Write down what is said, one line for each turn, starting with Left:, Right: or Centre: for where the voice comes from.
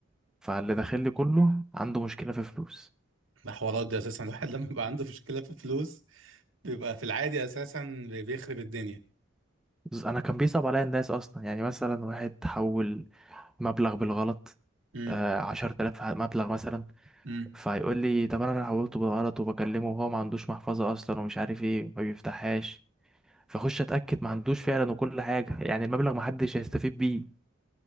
Centre: فاللي داخل لي كله عنده مشكلة في فلوس
Right: الحوارات دي اساسا الواحد <laughs> لما بيبقى عنده مشكله في فلوس بيبقى في العادي اساسا بي- بيخرب الدنيا
Centre: بس انا كان بيصعب عليا الناس اصلا يعني مثلا واحد حول مبلغ بالغلط
Right: امم
Centre: آه عشرة آلاف مبلغ مثلا
Right: امم
Centre: فيقول لي طب انا حولته بالغلط وبكلمه وهو ما عندوش محفظة اصلا ومش عارف ايه ما بيفتحهاش فاخش اتاكد ما عندوش فعلا وكل حاجه يعني المبلغ ما حدش هيستفيد بيه